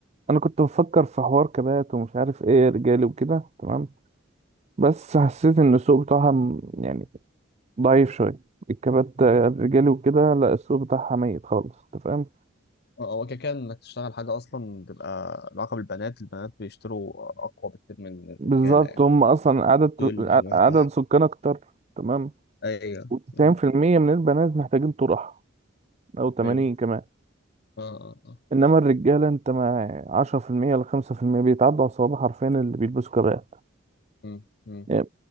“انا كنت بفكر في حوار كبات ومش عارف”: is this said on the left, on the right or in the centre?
Right